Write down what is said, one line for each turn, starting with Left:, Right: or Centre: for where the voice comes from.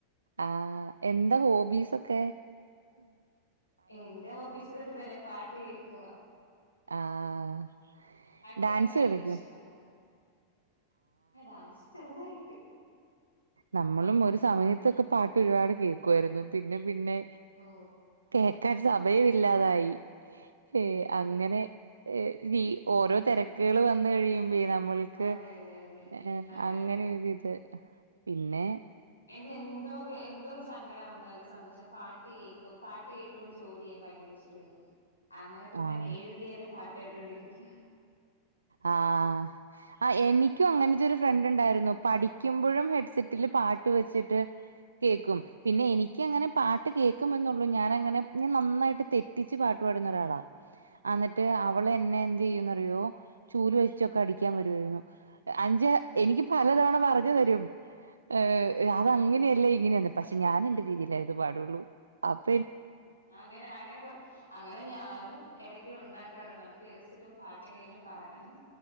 Right: ആഹ് എന്താ ഹോബീസ് ഒ ക്കെ
Left: എന്റെ ഹോബീസ് ഇതൊക്കെ തന്നെ പാട്ട് കേക്ക
Right: ആഹ് ഡാൻസ്
Left: കേക്കാൻ ഭയങ്കര
Right: കളിക്കൊ?
Left: ഇഷ്ടമാണ് ആ ഡാൻസ് ചെറുതായിട്ട്
Right: നമ്മളും ഒരു സമയത്തൊക്കെ പാട്ട് ഒരുപാട് കേൾക്കുവാരുന്നു പിന്നെ പിന്നെ
Left: ഓ
Right: കേക്കാൻ സമ മയം ഇല്ലാതായി ഏയ് അങ്ങനെ ഈ ഓരോ
Left: ഉം
Right: തെരക്ക <unintelligible> ൾ വന്ന കഴിയുമ്പേ നമ്മൾക്ക്
Left: അതെ അതെ അതെ
Right: ഏ ഹ
Left: അതെ
Right: അങ്ങനെഒരിത് പിന്നെ
Left: എനിക്ക് എന്തൊ കേ എന്തൊ സങ്കടം വന്നാലും സന്തോഷം പാട്ട് കേക്കും പാട്ട് കേട്ടോണ്ട് ജോലി ചെയ്യാൻ ഭയങ്കര ഇഷ് <unintelligible> വര്ന്നു അങ്ങനെഒക്കെ
Right: ആഹ്
Left: തന്നെ എഴുതിയാലും പ കേട്ടൊണ്ടിരിക്ക്യ
Right: ആഹ് ആഹ് എനിക്കും അങ്ങനത്തെ ഒരു ഫ്രണ്ട് ഇണ്ടാരുന്നു പഠി ക്കുമ്പഴും ഹെഡ്സെറ്റിൽ പാട്ട് ട്ട് വെച്ചിട്ട് കേക്കും പിന്നെ എനിക്ക്അങ്ങനെ
Left: ആ
Right: പാട്ട് കേക്കു മെന്ന് ള്ളു ഞാൻ അങ്ങനെ ഞാൻ നന്നായിട്ട് തെറ്റിച്ച് പാട്ട് പാടുന്ന ഒരാളാ അന്നിട്ട് അവള് എന്നെ എന്ത് ചെയ്യുന്നു റിയോ ചൂല് വെച്ചൊക്കെ അടിക്കാൻ വരുവാര് ന്നു അഞ്ച് എനിക്ക് പലതവണ പറഞ് തരും ഏ
Left: ഉം
Right: അത്
Left: ഉം
Right: അങ്ങനെയല്ല ഇങ്ങനെയാന്ന് പക്ഷെ ഞാൻ എന്റെ രീതിയിലാ ഇത് പാടൊള്ളൂ അ പ്പ-
Left: അങ്ങനെ അങ്ങനെ അങ്ങനെ അങ്ങനെ അങ്ങനെ അങ്ങനെഞാനും എടക്ക് ഉണ്ടാക്കാറ്ണ്ട് നമുക്ക് ലിറക് സിടും പാട്ട് എങ്ങനെലും പാട ആണ്